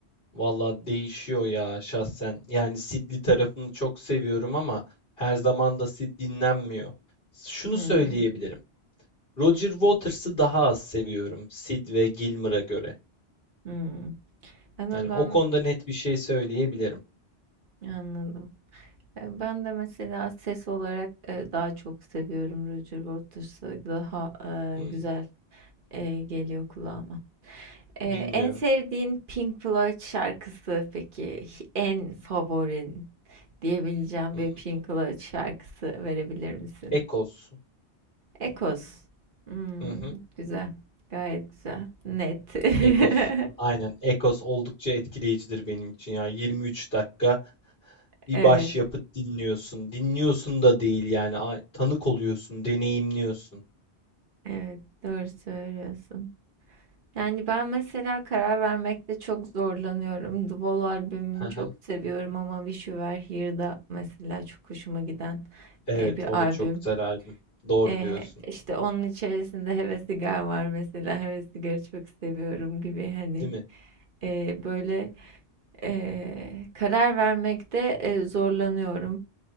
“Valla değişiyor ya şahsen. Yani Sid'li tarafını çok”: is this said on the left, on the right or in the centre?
Left